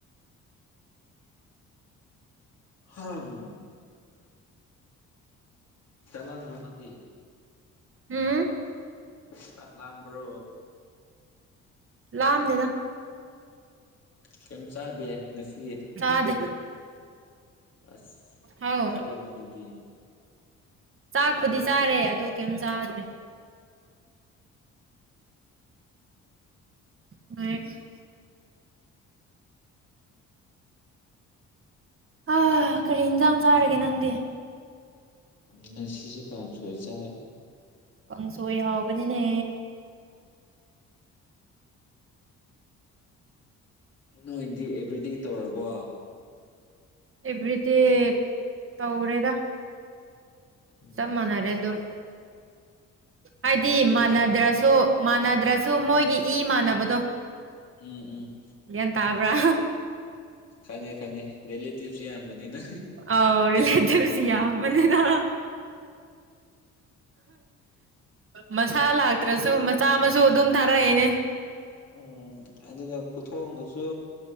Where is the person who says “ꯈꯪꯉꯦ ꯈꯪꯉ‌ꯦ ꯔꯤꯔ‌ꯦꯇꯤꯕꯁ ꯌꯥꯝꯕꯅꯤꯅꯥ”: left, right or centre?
Left